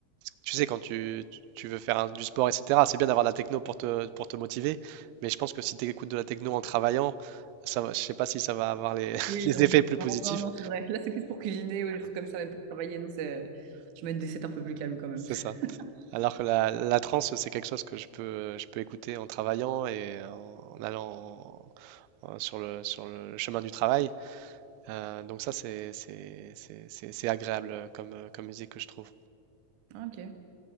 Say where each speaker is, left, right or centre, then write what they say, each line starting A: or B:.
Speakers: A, on the right (about 85°); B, on the right (about 60°).
A: tu sais, quand tu, tu veux faire un- du sport, etc., c'est bien d'avoir de la techno pour te, pour te motiver, mais je pense que si tu écoutes de la techno en travaillant, ça, va- je sais pas si ça va avoir les, <laughs>
B: Oui,
A: les
B: non.
A: effets plus
B: Non,
A: positifs.
B: non, non, c'est vrai. Là, c'est plus pour cuisiner ou des trucs comme ça, mais pour travailler, non, c'est... Je mets des sets un peu plus calmes quand même.
A: C'est ça.
B: <laughs>
A: Alors que la, la trance, c'est quelque chose que je peux, je peux écouter en travaillant et en, en allant en- sur le, sur le chemin du travail. Euh, donc ça, c'est, c'est, c'est, c'est- c'est agréable comme, comme musique que je trouve.
B: Ah, ok.